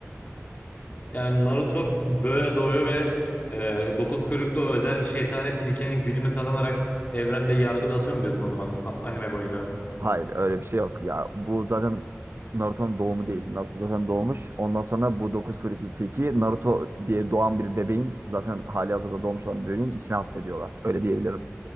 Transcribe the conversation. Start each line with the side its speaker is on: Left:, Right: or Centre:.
Left: Yani Naruto böyle doğuyor ve e, 9 kuyruklu özel şeytani tilkinin gücünü kazanarak evrende yargı dağıtıyor mu diyorsun o zaman ha- anime boyunca?
Right: Hayır öyle bir şey yok. Ya bu zaten Naruto'nun doğumu değil. Naruto zaten doğmuş. Ondan sonra bu dokuz kuyruklu tilkiyi Naruto diye doğan bir bebeğin zaten hali hazırda doğmuş olan bir bebeğin içine hapsediyorlar. Öyle diyebilirim.